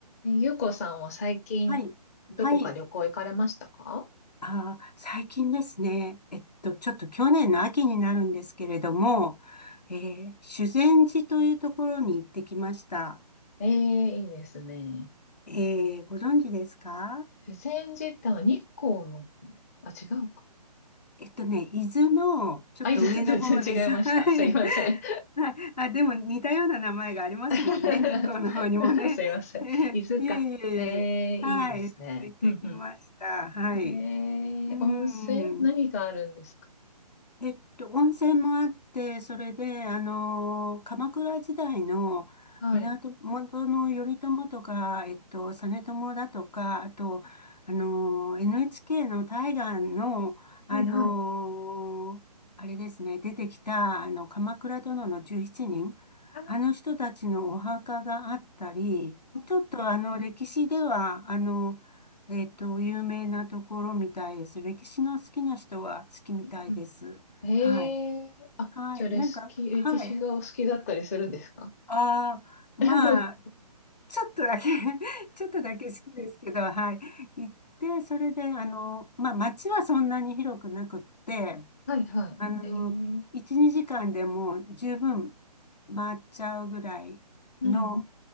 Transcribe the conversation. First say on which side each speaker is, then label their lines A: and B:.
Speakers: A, on the left; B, on the left.
A: え、ゆうこさんは最近、
B: はい。
A: どこか旅行行かれましたか
B: はい。あー、最近ですね。えっと、ちょっと去年の秋になるんですけれども、えー、修善寺というところに行ってきました。
A: ええいいですね。
B: えー、ご存知ですか
A: 自然自体は日光の、あ、違うか。
B: えっとね、伊豆のちょっと上の方です。
A: あ、いず <laughs> 全然違いました。
B: <laughs> はい。
A: すいません。
B: はい。あ、でも似たような名前がありますもんね。
A: <laughs>
B: 日光の方にもね。
A: すいません。
B: <laughs> えーいえいえいえ。
A: 伊豆か。ええいいですね。
B: 行ってきました。
A: うんう
B: はい。
A: ん。ええ温泉何があるんですか
B: うーん。えっと、温泉もあって、それで、あの鎌倉時代の源
A: はい。
B: の頼朝とか、えっと、実朝だとか、あと、あの NHK の大河の、
A: はいはい。
B: あのあれですね、出てきた、あの、鎌倉殿の17人、
A: あー
B: あの人たちのお墓があったり、
A: うん
B: ちょっとあの、歴史では、あの、えっと、有名なところみたいです。歴史の好きな人は好きみたいです。
A: うんうんうんええあ、
B: はい。はい。
A: じゃあ、レスキ、
B: なんか、
A: 歴史がお好きだったりするんですか
B: はい。ああ、
A: <laughs>
B: まあ、ちょっとだけ <laughs> ちょっとだけ好きですけど、はい。行って、それで、あの、まあ、街はそんなに広くなくって、
A: はいはい。
B: あの、
A: えー、
B: 1、2時間でもう十分回っちゃうぐらいの、
A: うん。